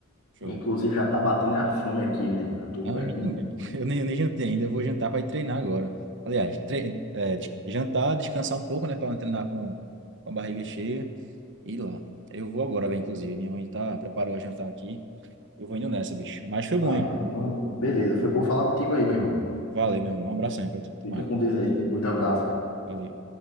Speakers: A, on the right (about 55°); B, on the left (about 80°).
A: Show.
B: Inclusive, já tá batendo a fome aqui, velho. Já tô
A: Ah,
B: é
A: me
B: com.
A: também. pô. <laughs> Eu nem, eu nem jantei ainda, eu vou jantar para ir treinar agora. Aliás, tre é, des- jantar, descansar um pouco, né, para não treinar com, com a barriga cheia e ir lá. Eu vou agora, velho, inclusive. Minha mãe tá preparou a jantar aqui. Eu vou indo nessa, bicho. Mas foi bom,
B: Ah,
A: hein?
B: então, beleza. Foi bom falar contigo aí, meu irmão.
A: Valeu, meu irmão. Um abração aí pra tu. Até
B: Fica
A: mais.
B: com Deus aí, se cuida, abraço, velho.
A: Valeu.